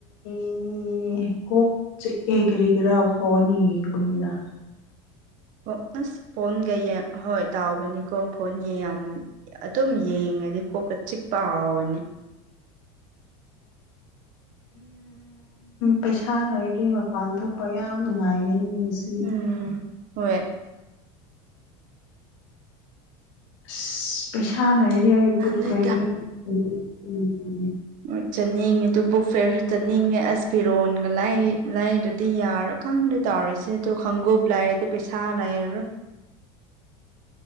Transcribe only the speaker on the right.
ꯍꯣꯏ ꯑꯁ ꯐꯣꯟꯒ ꯌꯦꯡ ꯍꯣꯏ ꯇꯥꯎꯕꯅꯤꯀꯣ ꯐꯣꯟ ꯌꯥꯝ ꯑꯗꯨꯝ ꯌꯦꯡꯉꯗꯤ ꯀꯣꯛꯀ ꯆꯤꯛꯄ ꯍꯧꯕꯅꯤ
ꯎꯝ ꯍꯣꯏ
ꯅꯣꯏ
ꯂꯣꯏ ꯆꯠꯅꯤꯡꯉꯦ ꯑꯗꯨ ꯕꯨꯛ ꯐꯤꯌꯔꯁꯨ ꯆꯠꯅꯤꯡꯉꯦ ꯑꯁ ꯐꯤꯔꯣꯟꯒ ꯂꯩ ꯂꯩꯗ꯭ꯔꯗꯤ ꯌꯥꯔꯣꯏ ꯈꯪꯗꯦ ꯇꯧꯔꯤꯁꯦ ꯑꯗꯨ ꯈꯪꯒꯨꯞ ꯂꯥꯏꯔꯗꯤ ꯄꯩꯁꯥ ꯂꯩꯔꯔꯣꯏ